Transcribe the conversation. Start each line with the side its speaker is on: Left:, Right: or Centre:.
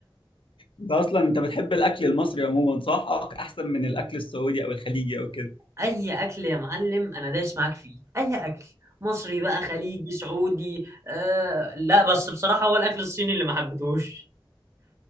Left: انت اصلا انت بتحب الاكل المصري عموما صح أك- احسن من الاكل السعودي او الخليجي او كده
Right: اي اكل يا معلم انا دايس معاك فيه اي اكل مصري بقى خليجي سعودي آه لا بس بصراحه هو الاكل الصيني اللي ما حبيتهوش